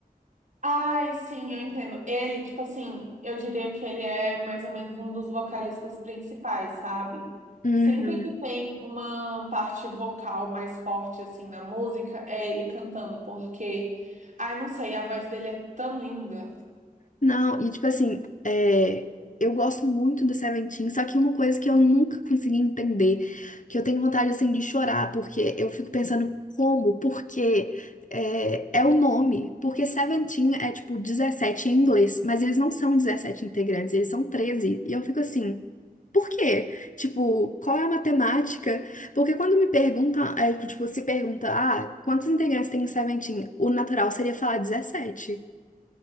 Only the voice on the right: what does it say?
Ai, sim, eu entendo. Ele, tipo assim, eu diria que ele é mais ou menos um dos vocalistas principais, sabe?
Sempre que tem uma parte vocal mais forte, assim, na música, é ele cantando, porque, ai, não sei, a voz dele é tão linda.